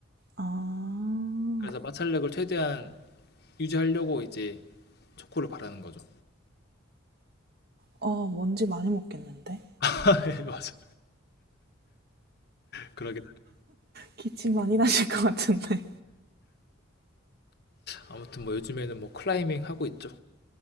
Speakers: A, on the right; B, on the left.
A: 아,
B: 그래서 마찰력을 최대한 유지하려고 이제 초코를 바르는 거죠.
A: 어, 먼지 많이 먹겠는데?
B: <laughs> 예, 맞아. 그러긴
A: 기침 많이 나실 것 같은데.
B: 아무튼 뭐 요즘에는 뭐 클라이밍 하고 있죠.